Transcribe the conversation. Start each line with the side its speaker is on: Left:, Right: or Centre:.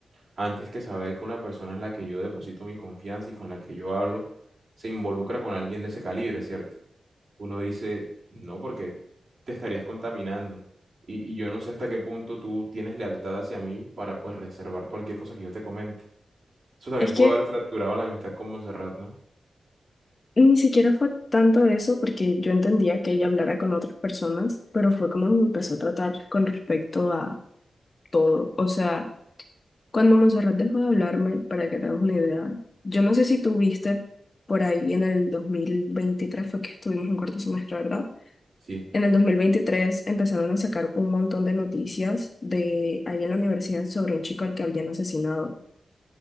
Right: antes que saber que una persona en la que yo deposito mi confianza y con la que yo hablo se involucra con alguien de ese calibre, ¿cierto? Uno dice, no, porque te estarías contaminando. Y, y yo no sé hasta qué punto tú tienes lealtad hacia mí para pues reservar cualquier cosa que yo te comente. Eso también
Left: Es
Right: pudo
Left: que
Right: haber fracturado la amistad con Montserrat, ¿no?
Left: ni siquiera fue tanto eso, porque yo entendía que ella hablara con otras personas, pero fue como me empezó a tratar con respecto a todo. O sea, cuando Monserrat dejó de hablarme, para que te hagas una idea, yo no sé si tú viste por ahí en el 2023 fue que estuvimos en cuarto semestre, ¿verdad?
Right: Sí.
Left: En el 2023 empezaron a sacar un montón de noticias de ahí en la universidad sobre un chico al que habían asesinado,